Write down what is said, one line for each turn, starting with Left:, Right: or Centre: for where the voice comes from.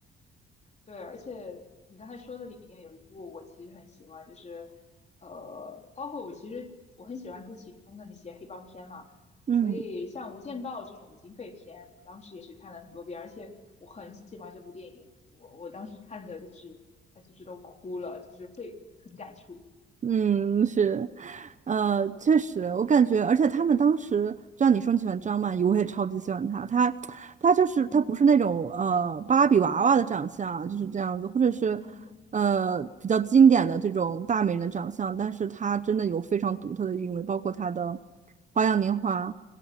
Left: 对，而且你刚才说的里面有一部我其实很喜欢，就是呃，包括我其实我很喜欢杜琪峰的那些黑帮片嘛，
Right: 嗯。
Left: 所以像《无间道》这种警匪片，我当时也是看了很多遍，而且我很喜欢这部电影，我我当时看着就是呃就是都哭了，就是会很感触。
Right: 嗯，是，呃，确实，我感觉，而且他们当时，就像你说你喜欢张曼玉，我也超级喜欢她。她，她就是她不是那种呃芭比娃娃的长相，
Left: 嗯
Right: 就是这样子，或者是
Left: 嗯
Right: 呃比较经典的这种大美人的长相，但是她真的有非常独特的韵味，包括她的《花样年华》，